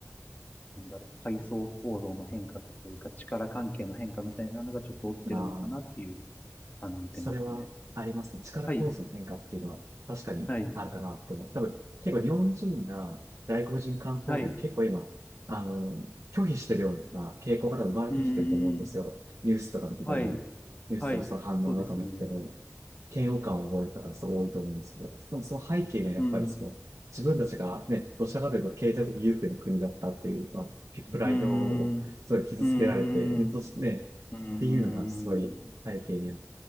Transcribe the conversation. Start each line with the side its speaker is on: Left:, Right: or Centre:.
Left: なんだろう、階層構造の変化というか、力関係の変化みたいなのがちょっと起きてるのかなっていうふうに感じてますね。
Right: ああ。それはありますね。力構造の変化っていうのは確かにあるかなと思う。
Left: はい、はい、
Right: 多分、結構日本人が外国人観光客結構今、
Left: はい、
Right: あの、拒否してるような傾向が多分生まれてきてると思うんですよ。
Left: うーん、
Right: ニュースとか見てても、
Left: はい、
Right: ニュースとかその反応とか見てても、
Left: はい、そうですね。
Right: 嫌悪感を覚える方がすごい多いと思うんですけど、その、その背景にはやっぱりその、
Left: うん、
Right: 自分たちがね、どちらかというと経済的優勢の国だったっていう、
Left: うん、
Right: まあ、プライドをすごい傷つけられて、
Left: うーん、うーん、
Right: でそしてね、
Left: うーん、
Right: っていうのがすごい背景にあって